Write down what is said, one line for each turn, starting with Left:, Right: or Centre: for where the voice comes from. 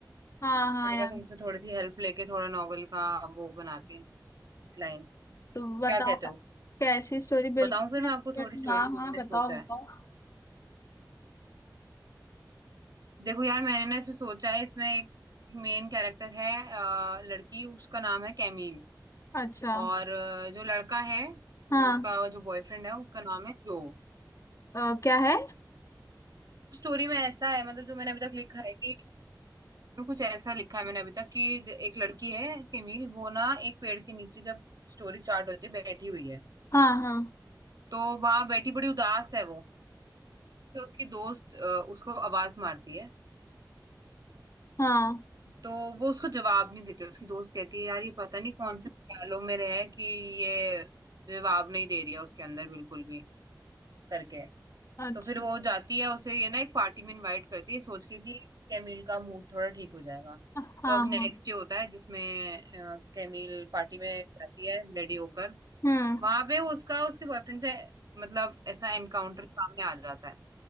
Left: हाँ हाँ
Right: मैंने
Left: यार
Right: कहा तुमसे थोड़ी सी हेल्प लेके थोड़ा नॉवल का वो बनाते हैं लाइन
Left: तो बताओ
Right: क्या कहते हो
Left: कैसी स्टोरी बिल्कुल
Right: बताऊं फिर मैं आपको थोड़ी स्टोरी
Left: हाँ
Right: जो
Left: हाँ
Right: मैंने
Left: बताओ
Right: सोचा
Left: बताओ
Right: है देखो यार मैंने ना इसमें सोचा है इसमें एक मेन कैरेक्टर है अ, लड़की उसका नाम है कैमील
Left: अच्छा
Right: और अ, जो लड़का है वो
Left: हाँ
Right: उसका जो बॉयफ्रेंड है उसका नाम है जो
Left: अ, क्या है
Right: स्टोरी में ऐसा है मतलब जो मैंने अभी तक लिखा है कि इसमें कुछ ऐसा लिखा है मैंने अभी तक कि ज- एक लड़की है कैमील वो ना एक पेड़ के नीचे जब स्टोरी स्टार्ट होती है बैठी हुई है
Left: हाँ हाँ
Right: तो वहां बैठी बड़ी उदास है वो तो उसकी दोस्त अ, उसको आवाज मारती है
Left: हाँ
Right: तो वो उसको जवाब नहीं देती उसकी दोस्त कहती है यार ये पता नहीं कौन से ख्यालों में रहे कि ये जवाब नहीं दे रही है उसके अंदर बिल्कुल भी करके
Left: अच्छा
Right: तो फिर वो जाती है उसे ये ना एक पार्टी में इनवाइट करती है सोच के कि कैमिल का मूड थोड़ा ठीक हो जाएगा
Left: हाँ
Right: तो अब नेक्स्ट
Left: हाँ
Right: डे होता है जिसमें अ, कैमिल पार्टी में जाती है रेडी होकर
Left: हम्म
Right: वहां पे उसका उसके बॉयफ्रेंड से मतलब ऐसा एनकाउंटर सामने आ जाता है